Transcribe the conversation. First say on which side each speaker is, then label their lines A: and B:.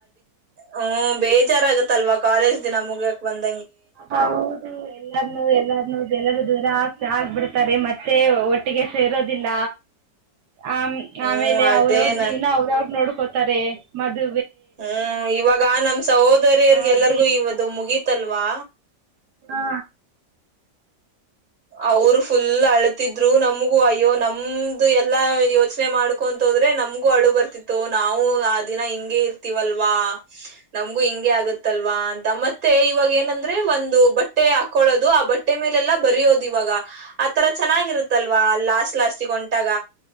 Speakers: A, on the right; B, on the right.
A: ಹ್ಮ ಬೇಜಾರ ಆಗತ್ತಲ್ವಾ ಕಾಲೇಜ್ ದಿನ ಮುಗಿಯ್ಯಾಕಕ್ ಬಂದ
B: ಹೌದು ಎಲ್ಲಾರ್ನು ಎಲ್ಲಾರ್ನುೂ ಎಲ್ಲರು ದೂರ ಆ ಆಗ್ಬಿಡ್ತಾರೆ ಮತ್ತೆ ಒಟ್ಟಿಗೆ ಸೇರೋದಿಲ್ಲ ಆ
A: ಹ್ಮ್
B: ಆಮೇಲೆ
A: ಅದೇ
B: ಅವ್ರವ್ರ
A: ನಾ
B: ಜೀವನ ಅವ್ರವ್ರ ನೋಡ್ ಕೋತಾರೆ ಮದ್
A: ಹ್ಮ್ ಇವಾಗ ನಮ್ ಸಹೋದರಿರ್ಗೆ
B: ಅದು
A: ಎಲ್ಲರಿಗೂ ಇವತ್ತು ಮುಗಿ ತಲ್ವಾ
B: ಹಾ
A: ಅವರು ಫುಲ್ ಅಳತಿದ್ರು ನಮ್ಗೂ ಅಯ್ಯೋ ನಮ್ದು ಎಲ್ಲಾ ಯೋಚನೆ ಮಾಡ್ಕೊಂತ ಹೋದ್ರೆ ನಮ್ಗೂ ಅಳು ಬರ್ತಿತ್ತು ನಾವು ಆ ದಿನ ಹಿಂಗಗೆ ಇರ್ತಿವಲ್ವಾ ನಮ್ಗೂ ಹಿಂಗಗೆ ಆಗತ್ತಲ್ವಾ ಅಂತ ಮತ್ತೆ ಇವಾಗ ಏನಂದ್ರೆ ಒಂದು ಬಟ್ಟೆ ಹಾಕಳೋದು ಆ ಬಟ್ಟೆ ಮೇಲೆಲ್ಲಾ ಬರಿಯೋದು ಇವಾಗ ಆತರ ಚೆನ್ನಾಗಿರುತ್ತಲ್ವಾ ಲಾಸ್ಟ್ ಲಾಸ್ಟಿಗೆ ಹೊಂಟಾಗ